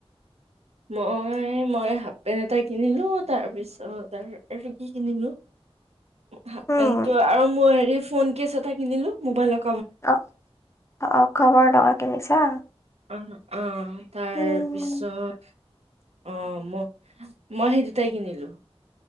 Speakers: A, on the right; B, on the left.
A: মই, মই হাফ পেণ্ট এটা কিনিলো, তাৰপিছত কি কিনিলো? হাফ
B: উম
A: পেন্টো আৰু ম হেৰি ফোন কেচ এটা কিনিলো মোবাইলত
B: অ', অ', খবৰ ডঙা কিনিছা।
A: অ', অ', তাৰ
B: উম
A: পিছত অ', ম মই সেই দুটাই কিনিলো।